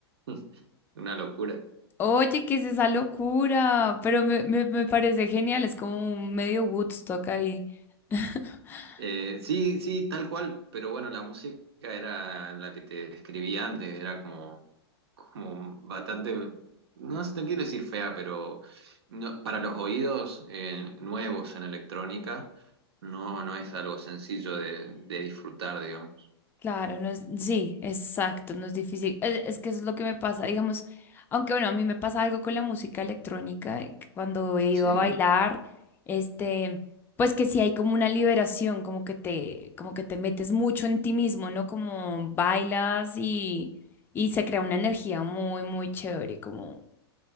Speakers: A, on the right (about 70°); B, on the left (about 15°).
A: <laughs> una locura.
B: Oye, ¿qué es esa locura? Pero me, me, me parece genial, es como un medio Woodstock ahí. <laughs>
A: Eh, sí, sí, tal cual, pero bueno, la música era la que te describí antes, era como, como bastante, no, sé, no quiero decir fea, pero no- para los oídos eh, nuevos en electrónica, no, no es algo sencillo de, de disfrutar, digamos.
B: Claro, no es, sí, exacto, no es difícil. Es, es que eso es lo que me pasa, digamos, aunque bueno, a mí me pasa algo con la música electrónica, eh, que cuando he ido
A: Sí,
B: a bailar, este, pues que sí hay como una liberación, como que te, como que te metes mucho en ti mismo, ¿no? Como bailas y, y se crea una energía muy, muy chévere, como,